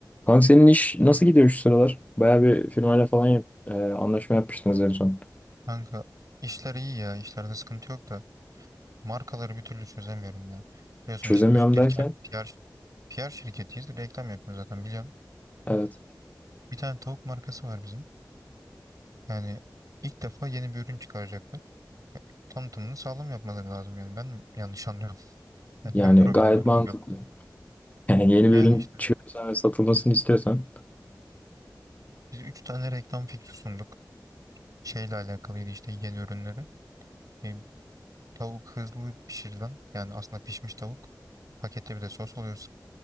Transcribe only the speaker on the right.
Kanka işler iyi ya. işlerde sıkıntı yok da markaları bir türlü çözemiyorum ya. Biliyorsun
işte biz bir
kar- PR, PR şirketiyiz. Reklam yapıyoruz zaten biliyorsun.
Bir tane tavuk markası var bizim. Yani ilk defa yeni bir ürün çıkaracaklar. Tanıtımını sağlam yapmaları lazım yani. Ben mi yanlış anlıyorum. <laughs> Bende
mi problem
var
bilmiyorum.
Yani
işte
biz 3 tane reklam fikri sunduk. Şeyle alakalıydı işte yeni ürünleri. E, tavuk hızlı pişirilen yani aslında pişmiş tavuk. Pakette bir de sos oluyor